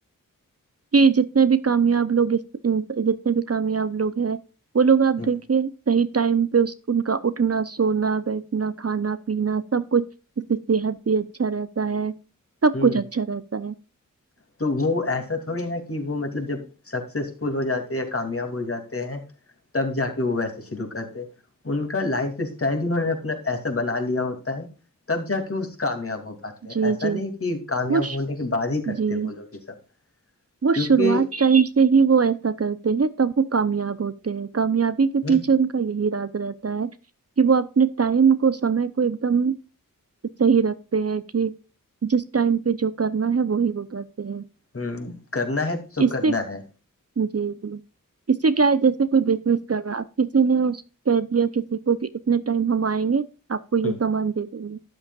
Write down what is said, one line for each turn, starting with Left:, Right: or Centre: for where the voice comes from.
Right: کہ جتنے بھی کامیاب لوگ جتنے بھی کامیاب لوگ ہیں وہ لوگ آپ
Left: ہ
Right: دیکھیے صی ٹائم پہ ان کا اٹھنا سونا بیٹھنا کھانا پینا سب کچھ اس کی صحت بھی اچھا رہتا ہے سب
Left: ہ
Right: کچھ اچھا رہتا ہے
Left: تو وہ ایسا تھوڑی نا کہ وہ مطلب جب سکسیزفل ہو جاتے یا کامیاب ہو جاتے ہیں تب جا کے وہ ویسے شروع کرتے ان کا لائف اسٹائل انہوں نے اپنا ایسا بنا لیا ہوتا ہے تب جا کے وہ کامیاب ہو پاتے
Right: جی
Left: ایسا
Right: جی
Left: نہیں کہ کامیاب
Right: وہ ش-
Left: ہونے کے بعد ہی کرتے
Right: جی
Left: ہیں وہ لوگ یہ سب
Right: وہ
Left: کیونکہ
Right: شروعات ٹائم سے ہی وہ ایسا کرتے ہیں تب وہ کامیاب ہوتے ہیں کامیاب کے
Left: ہ
Right: پیچھے ان کا یہی راز رہتا ہے کہ وہ اپنے ٹائم کو سمے کو ایک دم صحیح رکھتے ہیں کہ جس ٹائم پہ جو کرنا ہے وہی وہ کرتے ہیں
Left: ہ کرنا ہے تو
Right: اس
Left: کرنا
Right: سے
Left: ہے
Right: جی جی اس سے کیا ہے جیسے کوئی بزنس کر رہا ہے اپ کسی نے کہ دیا کسی کو کہ اتنے ٹائم ہم آئیں گے آپ کو یہ
Left: ہ
Right: سامان دے دیں گی